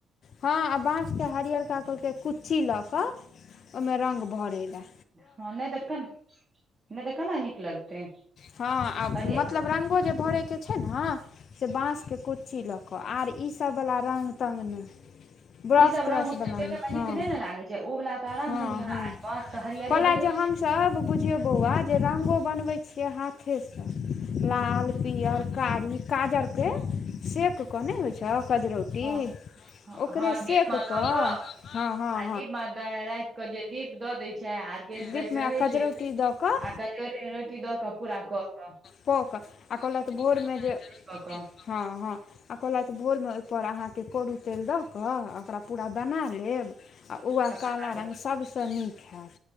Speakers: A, on the left (about 60°); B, on the right (about 30°).
A: हां आ बांस के हरियर कका कहलकै कुच्ची लऽ क ओहिमे रंग भरै लय
B: हां नहि त केना, नहि त केना नीक लगतै
A: हँ आ
B: हरिय
A: मतलब रंगो जे भरै छै छै न, से बांस के कुच्ची ल क, आब इ सब वला रंग तंग नहि ब्रस
B: ई सब
A: त्रस
B: रंग ओते
A: बला
B: देखे
A: नै
B: मे
A: हम
B: नीक
A: हां
B: नहि ने लागे छै ओ वाला तऽ आराम
A: हां-हां,
B: से निहा बाँस के हरियरे
A: कहलैथ
B: देखे मे
A: जे हम हम सब बुझियो बौआ जे रंगो बनवै छिये हाथे से लाल, पियर, कारी काजर के सेक क नहि होइ छौ कजरौटी,
B: हँ
A: ओकरे
B: हँ
A: सेक
B: दीप मे
A: क,
B: दऽ कऽ
A: हां हां
B: दीप मे दै रात के जे दीप द दै छै आर केहेन
A: दीपमे
B: त कहे
A: कजरौटी
B: छै,
A: दऽ कऽ
B: आ कजरौटी रोटी द क पूरा क क
A: पौ क, आ कहलैथ भोर मे जे,
B: कऽ कऽ
A: हां हां आ कहलथि भोरमे ओहिपर अहांके करु तेल द क आ ओकरा पूरा बना लेब आ वैह
B: तकर
A: काला
B: बाद
A: रंग सबस नीक हैत।